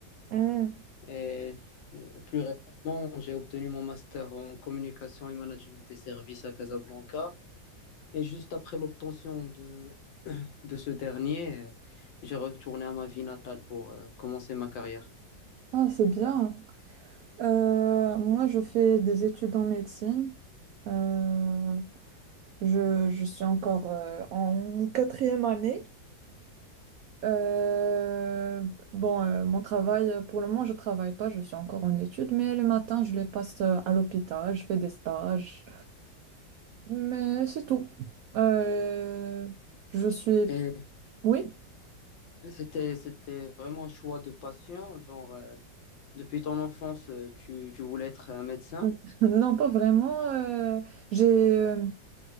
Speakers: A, on the right (about 80°); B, on the left (about 80°).
A: Hmm.
B: Et euh, plus récemment, j'ai obtenu mon master en communication et management des services à Casablanca. Et juste après l'obtention de, <coughs> <clears throat> de ce dernier, euh, j'ai retourné à ma ville natale pour euh, commencer ma carrière.
A: Ah, c'est bien. Euh, moi, je fais des études en médecine. Euh, je, je suis encore euh, en quatrième année. Euh, bon, euh, mon travail, euh, pour le moment, je travaille pas, je suis encore en études, mais le matin, je les passe euh, à l'hôpital, je fais des stages, mais c'est tout. Euh, je suis...
B: Et
A: Oui?
B: c'était, c'était vraiment un choix de passion, genre. euh, Depuis ton enfance, euh, tu, tu voulais être un médecin?
A: <laughs> Non, pas vraiment. euh, j'ai, euh,